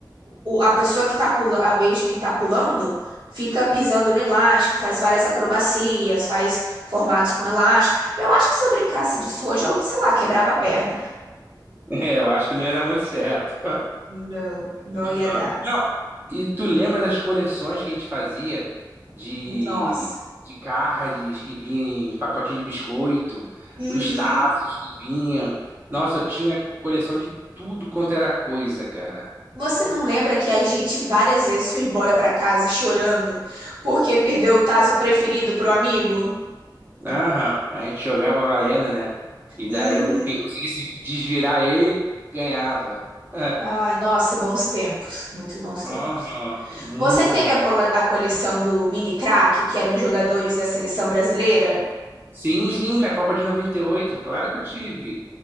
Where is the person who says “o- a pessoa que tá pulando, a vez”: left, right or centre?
Right